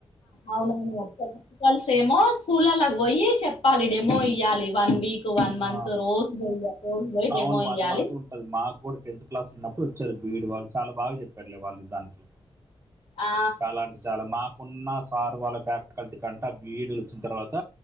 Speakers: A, on the left; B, on the right.
A: అవునవును క్ల్ సేమో స్కూల్ లల్లా పోయి చెప్పాలి డెమో ఇయ్యాలి వన్ వీక్ వన్ మంత్
B: ఆ
A: రోజు పోయి రోజు పోయి డెమో
B: అవును వన్
A: ఇయ్యాలి
B: మంత్ ఉంటది మాకు కూడా టెన్త్ క్లాస్ ఉన్నప్ వచ్చారు బీడీ వాళ్ళు చాలా బాగా చెప్పారులే వాళ్ళు నిజానికి
A: ఆ
B: చాలా అంటే చాలా మా కొన్న సార్ వాళ్ళ ఫ్యాకల్టీ కంటే బిడీలు వచ్చిన తర్వాత